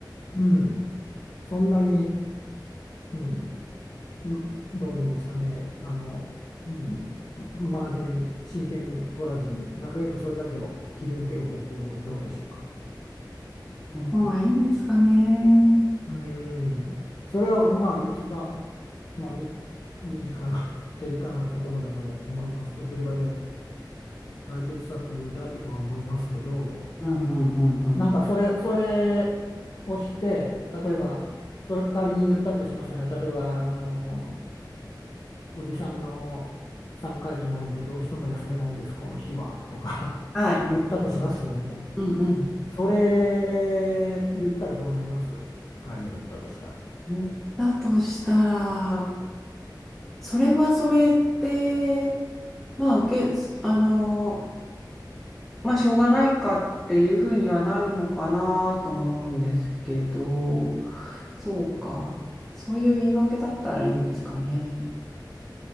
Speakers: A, on the left (about 50°); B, in the centre.
A: うん、そんなに。うんうんどういうんですかね、あの、うん、真面目に、真剣に取らずになるべくそれだけを切り抜ける方向でどうでしょうか。
B: の方がいいんですかね。
A: うん。それはまあ一番、まあ、み身近な、<laughs> 手近なところだと思います。手っ取り早い解決策だとは思いますけど、
B: うん、うん、うん、
A: なんかそれ、
B: うん。
A: それをして、例えば、
B: いや
A: それ仮に言ったとしますよね。例えば、あの、おじさんの三回忌なんでどうしても休めないんです、この日は、とか
B: はい。
A: <laughs> 言ったとしますよね。
B: うん、うん。
A: それ言ったらどうなります仮に言ったとしたら。
B: 言ったとしたら、それはそれって、まあ、受け、あの、まあ、しょうがないかっていうふうにはなるのかなと思うんですけど、そうか。そういう言い訳だったらいいんですかね。